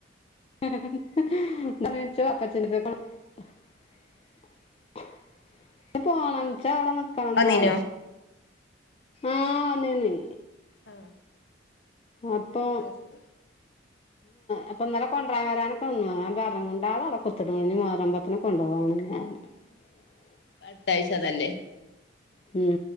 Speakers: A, on the left; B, on the left.
A: <unintelligible> നിച്ചോ അപ്പോ ചി <unintelligible> <unintelligible> പോണം
B: ആ
A: ച്ചാ അവിടെ നിക്കണംന്നാ
B: വന്നീനോ
A: ആന്ന്ന്നെ
B: ആ
A: ആപ്പോ
B: അത് ശരി
A: അപ്പ ഇന്നലെ കൊണ്ടുപോവ്വാനൊക്കെ വന്നു <unintelligible> ഞാൻ പറഞ് <unintelligible> ഉച്ചക്കെണം വരാൻ പറ്റുങ്കി കൊണ്ടോവാൻ <unintelligible>
B: അത്താഴ്ചതല്ലേ
A: ഹം